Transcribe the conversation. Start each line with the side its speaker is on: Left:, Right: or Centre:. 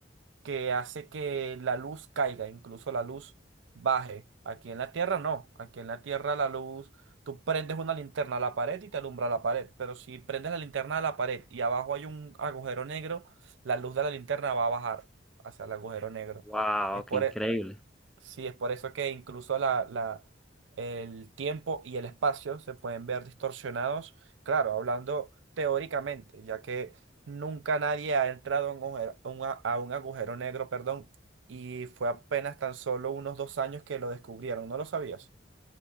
Right: que hace que la luz caiga, incluso la luz baje. Aquí en la Tierra no, aquí en la Tierra la luz, tú prendes una linterna a la pared y te alumbra la pared, pero si prendes la linterna a la pared y abajo hay un agujero negro, la luz de la linterna va a bajar hacia el agujero negro.
Centre: Wow,
Right: Es
Centre: qué
Right: por,
Centre: increíble.
Right: e, Sí, es por eso que incluso la, la- el tiempo y el espacio se pueden ver distorsionados, claro, hablando teóricamente, ya que nunca nadie ha entrado a un agujero, a un a- a un agujero negro, perdón, y fue apenas tan solo unos dos años que lo descubrieron, ¿no lo sabías?